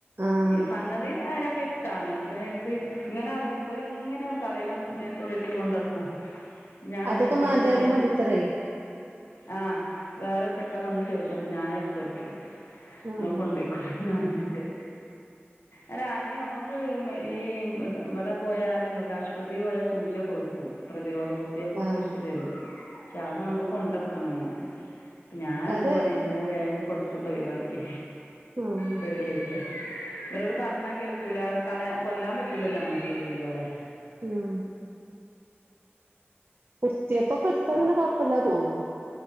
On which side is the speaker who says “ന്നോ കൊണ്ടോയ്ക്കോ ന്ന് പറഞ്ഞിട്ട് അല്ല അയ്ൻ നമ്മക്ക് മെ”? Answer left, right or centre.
Left